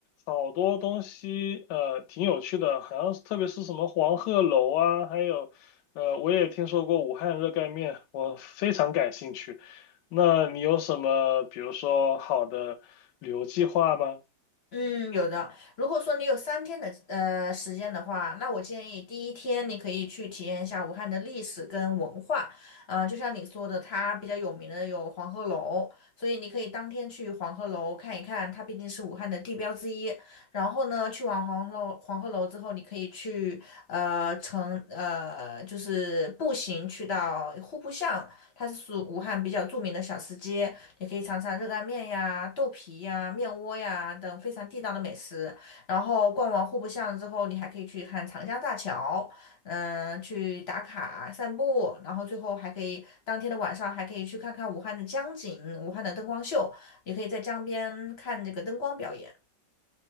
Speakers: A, on the left; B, on the left.
A: 好多东西呃挺有趣的，好像是特别是什么黄鹤楼啊，还有呃我也听说过武汉热干面，我非常感兴趣。那你有什么比如说好的旅游计划吗？
B: 嗯，有的。如果说你有三天的呃时间的话，那我建议第一天你可以去体验一下武汉的历史跟文化。嗯、就像你说的，它比较有名的有黄鹤楼，所以你可以当天去黄鹤楼看一看，它毕竟是武汉的地标之一。然后呢，去完黄鹤楼黄鹤楼之后，你可以去呃乘呃就是步行去到户部巷，它是属武汉比较著名的小吃街，你可以尝尝热干面呀、豆皮呀、面窝呀等非常地道的美食。然后逛完户部巷之后，你还可以去看长江大桥，嗯，去打卡散步，然后最后还可以当天的晚上还可以去看看武汉的江景、武汉的灯光秀，也可以在江边看这个灯光表演。